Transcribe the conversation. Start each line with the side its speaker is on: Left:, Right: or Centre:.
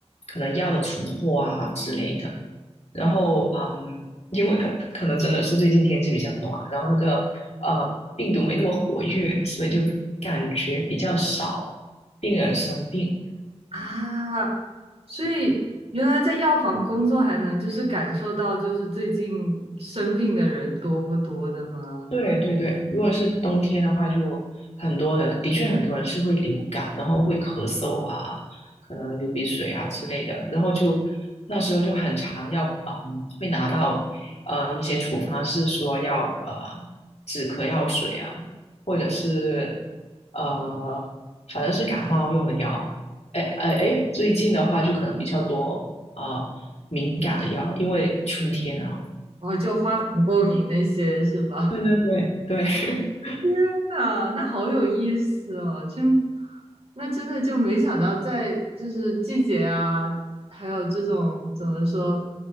Left: 可能药的存货啊之类的。然后嗯，
Right: 哦，
Left: 因为可可能真的是最近天气比较暖，然后那个呃病毒没那么活跃，所以就感觉比较少病人生病。
Right: 啊，所以原来在药房工作还能就是感受到就是最近生病的人多不多的吗？
Left: 对对对，如果是冬天的话，就很多人，的确很多人是会流感，然后会咳嗽啊，可能流鼻水啊之类的，然后就那时候就很常要，嗯，会拿到呃一些处方是说要呃止咳药水啊，或者是呃反正是感冒用的药，哎哎哎，最近的话就可能比较多啊、呃敏感的药，因为春天啊，
Right: 然后就花粉过敏那些是吧？
Left: 对对对对，
Right: <laughs> 天呐，那好有意思哦！真，那真的就没想到在就是季节啊，还有这种怎么说